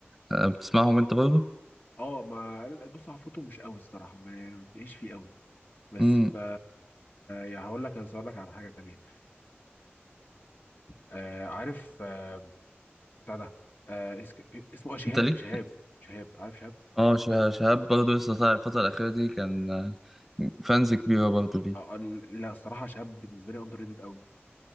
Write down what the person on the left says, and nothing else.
اه ما بص عفروته مش قوي الصراحه ما مش فيه قوي بس
ف يعني هقول لك بس هقول لك على حاجه تانيه آه عارف آه، بتاع ده آه اس- اسمه آه، شهاب
شهاب شهاب عارف شهاب
آه ال- لا الصراحه شهاب بالنسبه لي اندر ريتد قوي